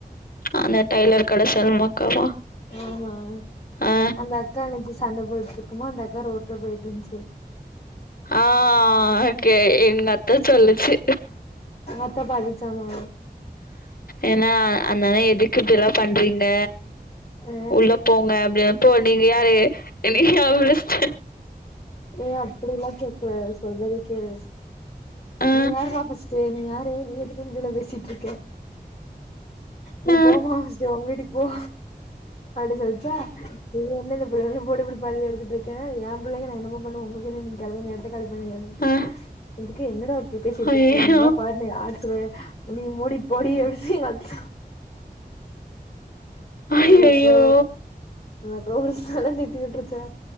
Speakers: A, on the left (about 60°); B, on the left (about 40°).
A: அந்த டைலர் கட சல்லமாக்காவா
B: ஆமா
A: ஆ
B: அந்த அக்கா நேத்தி சண்டை போட்டுருக்குமா அந்தக்கா ரோட்ல போயிட்டுருந்துச்சு
A: ஆ கே எங்க அத்தா சொல்லுச்சு
B: உங்க அத்தா பாத்தி சமா
A: ஏன்னா அந்தண்ண எதுக்கு இப்டி எல்லா பண்றீங்க
B: ஆ
A: உள்ள போங்க அப்டி போ நீங்க யாரு என்னயு அவுங்க லிஸ்ட்டு
B: ஏ அப்பிடி எல்லா கேக்க கூடாது சொல்றத கேளு
A: ஆ
B: நீ யார்றா ஃபஸ்ட் டு நீ யாரு நீ எதுக்கு வந்து இதுல பேசிட்ருக்க நீ
A: ஆ
B: போம்மா ஃபஸ்ட்டு உன் வீட்டுக்கு போ அப்டி சொல்ச்சா இது என்ன இந்த புள்ள என்ன போட்டு இப்டி பழி எடுத்துட்ருக்குன்னு ஏன் புள்ளைங்க நா என்னமோ பண்ணுவ உங்களுக்கு என்னங்க நீங்க கெளம்புங்க எடத்த காலி பண்ணுங்கன்னு
A: ஆ
B: அதுக்கு என்னடா இப்டி பேசிட்ருக்கோ
A: ஐயையோ
B: நீ எல்லா பாரு என்ன யாத்ரு நீ மூடிட் போடி அப்டி சொல்லி எங்க <unintelligible>
A: ஐயையோ
B: எங்க அக்கா அந்த <unintelligible> திட்டி வுட்ருச்சா